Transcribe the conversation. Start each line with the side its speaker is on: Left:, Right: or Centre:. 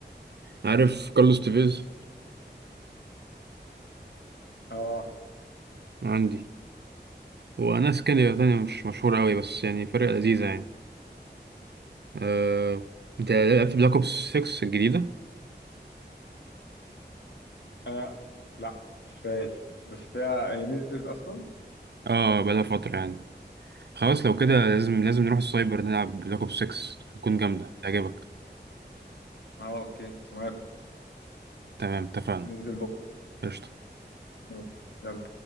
Right: عارف كارلوس تيفيز
Left: اه
Right: عندي وناس كده تانية مش مشهورة أوي بس يعني فرقة لذيذة يعني أه... أنت لعبت بلاك أوبس 6 الجديدة؟
Left: انا لا مش فاهم بس هي هي نزلت اصلا
Right: اه بقالها فترة يعني خلاص لو كده لازم لازم نروح السايبر نلعب بلاك أوبس 6 هتكون جامدة تعجبك
Left: اه اوكي موافق
Right: تمام اتفقنا
Left: ننزل بكره
Right: قشطة
Left: ماشي. يلا